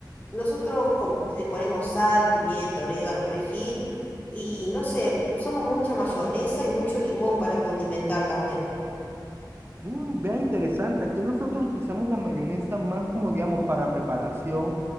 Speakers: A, on the left; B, on the right.
A: nosotros com- le ponemos sal, pimienta, orégano, perejil. Y no sé, usamos mucha mayonesa y mucho limón para condimentar también.
B: Mm, vea interesante, aquí nosotros utilizamos la mayonesa más como, digamos, para preparación